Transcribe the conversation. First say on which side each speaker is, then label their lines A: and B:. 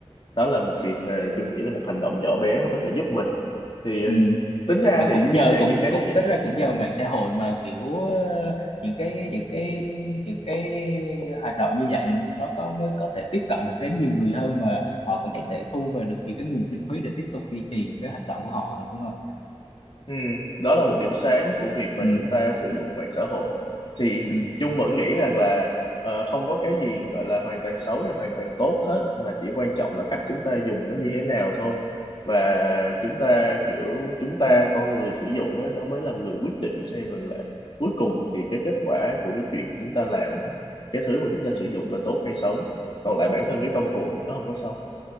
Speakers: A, on the left; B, on the left.
A: đó là một việc mà Chung nghĩ là một hành động nhỏ bé mà có thể giúp mình thì
B: ừ.
A: ờ, tính ra
B: mà
A: thì
B: cũng
A: chia
B: nhờ
A: sẻ
B: cũng
A: những cái
B: cũng
A: như vậy
B: tính ra cũng nhờ
A: Ừ.
B: mạng xã hội mà kiểu ờ, những cái những cái những cái hoạt động như vậy nó có mới có thể tiếp cận được đến nhiều người hơn mà họ cũng có thể thu về được những cái nguồn kinh phí để tiếp tục duy trì những cái hoạt động của họ đúng không?
A: Ừ, đó là một điểm sáng của việc mà
B: Ừ,
A: chúng ta sử dụng mạng xã hội. Thì
B: ừ,
A: Chung vẫn nghĩ rằng là ờ, không có cái gì gọi là hoàn toàn xấu và hoàn toàn tốt hết mà chỉ quan trọng là cách chúng ta dùng nó như thế nào thôi. Và chúng ta kiểu chúng ta con người sử dụng á, nó mới là người quyết định xem rằng là cuối cùng thì cái kết quả của cái chuyện chúng ta làm á, cái thứ mà chúng ta sử dụng là tốt hay xấu. Còn lại bản thân cái công cụ thì nó không có xấu.